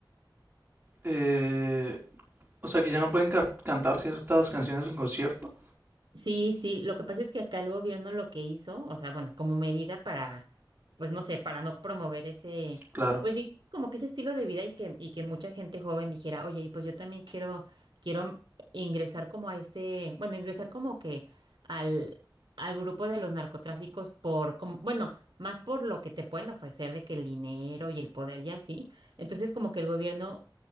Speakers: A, on the right; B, on the right.
A: Eh, o sea, que ya no pueden car- cantar ciertas canciones en concierto.
B: Sí, sí, lo que pasa es que acá el gobierno lo que hizo, o sea, bueno, como medida para, pues no sé, para no promover ese,
A: Claro,
B: pues digamos como que ese estilo de vida y que, y que mucha gente joven dijera, oye, pues yo también quiero, quiero ingresar como a este, bueno, ingresar como que al, al grupo de los narcotráficos por, como, bueno, más por lo que te pueden ofrecer de que el dinero y el poder y así. Entonces como que el gobierno,